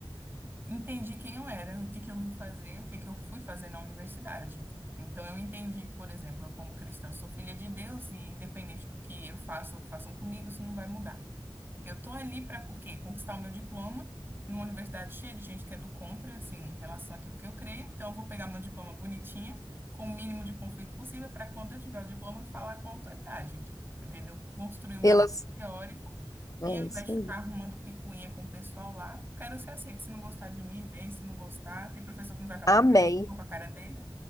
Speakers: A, on the right; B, on the left.
A: entendi quem eu era, o que que eu vim fazer, o que que eu fui fazer na universidade. Então eu entendi que, por exemplo, eu como cristã sou filha de Deus e independente do que eu faça ou que façam comigo, isso não vai mudar. Que eu tô ali para o quê? Conquistar o meu diploma numa universidade cheia de gente que é do contra, assim, em relação àquilo que eu creio. Então, eu vou pegar meu diploma bonitinha, com o mínimo de conflito possível, para quando eu tiver o diploma, eu falar com a autoridade, entendeu? Construir o meu
B: Pelas,
A: apoio teórico e
B: é
A: ao invés
B: isso
A: de ficar
B: aí.
A: arrumando picuinha com o pessoal lá, eu quero ser aceito. Se não gostar de mim, bem, se não gostar, tem professor que não vai com a minha
B: Amém.
A: cara, eu vou com a cara dele,